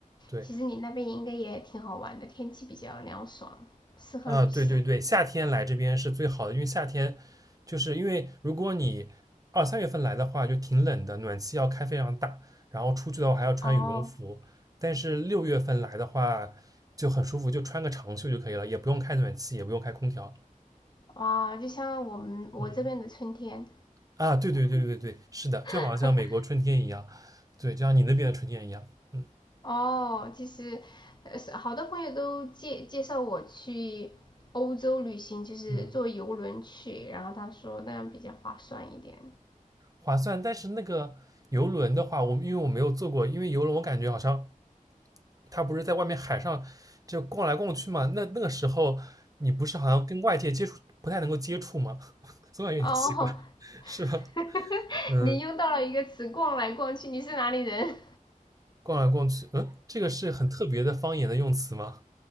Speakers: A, on the right; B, on the left.
A: 对。
B: 其实你那边应该也挺好玩的，天气比较凉爽，适合旅行。
A: 啊，对对对，夏天来这边是最好的，因为夏天就是因为如果你二三月份来的话，就挺冷的，暖气要开非常大，然后出去的话还要穿羽绒服。
B: 哦，
A: 但是六月份来的话就很舒服，就穿个长袖就可以了，也不用开暖气，也不用开空调。
B: 哇，就像我们我这边的春天。
A: 嗯，啊，对对对对对，是的，
B: <laughs>
A: 就好像美国春天一样，对，就像你那边的春天一样。嗯
B: 哦，其实，呃，是好多朋友都介介绍我去欧洲旅行，就是坐游轮去，
A: 嗯，
B: 然后他说那样比较划算一点。
A: 划算。但是那个游轮的话，我因为我没有坐过，因为游轮我感觉好像。他不是在外面海上就逛来逛去嘛？那那个时候你不是好像跟外界接触不太能够接触吗？<laughs> 总感觉有点奇怪，
B: 哦，
A: 是吧？
B: <laughs>
A: 嗯，
B: 你用到了一个词“逛来逛去”，你是哪里人？
A: 逛来逛去，嗯，这个是很特别的方言的用词吗？